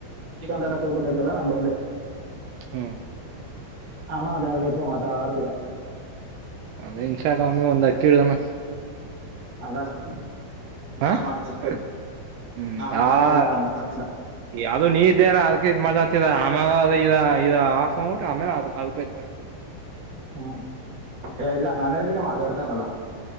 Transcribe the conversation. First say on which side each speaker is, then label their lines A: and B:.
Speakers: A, on the right (about 30°); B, on the right (about 80°).
A: ಚಿಕನ್ ತರಕ್ ಹೋಗ್ಬೇಕಾಯತಲ್ಲ ನಾ ಬಂದೆ
B: ಹ್ಮ್
A: ಆಮ ಅದೇ ಯ ಮತ ಆಡ್ತೀರ
B: ಅವೇ ಇನ್ಷ ಕಾಮಿ ಒಂದ್ ಅಕ್ಕಿಡ್ದಾನ
A: ಅದಲ್ಲ ಇದನ್ನೇ
B: ಹಾ ಹ್ಮ
A: ಮಾಡ್ತಿದ ನಾ ಮಾತಾಡ್ತೀನ
B: ಆ
A: ಮಾತಾಡ್ತಿದ
B: ಅದು ನೀ ಇದ್ದೇಲ್ಲ ಅರ್ಕ ಮಾಡತರ ಆಮ ಇದ ಇದ ಹಾಫ್ ಔಟ್ ಆಮೇಲೆ ಅ ಅದೋಯ್ತಾನ
A: ಹ್ಮ್ ಏ ಇಲ್ಲ ನನ್ದಗೆ ಮಾತಾಡ್ತೇನಲ್ಲ